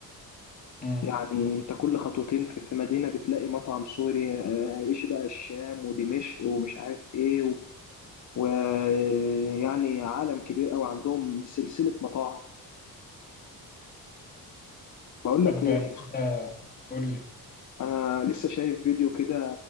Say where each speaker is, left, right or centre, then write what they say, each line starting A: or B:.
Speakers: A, on the left; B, on the left.
A: امم
B: يعني انت كل خطوتين في, في مدينه بتلاقي مطعم سوري آه، ايش بقى الشام ودمشق ومش عارف ايه ويعني عالم كبير قوي عندهم سلسله مطاعم بقول
A: طب
B: لك إيه،
A: آه، قول لي
B: انا لسه شايف فيديو كده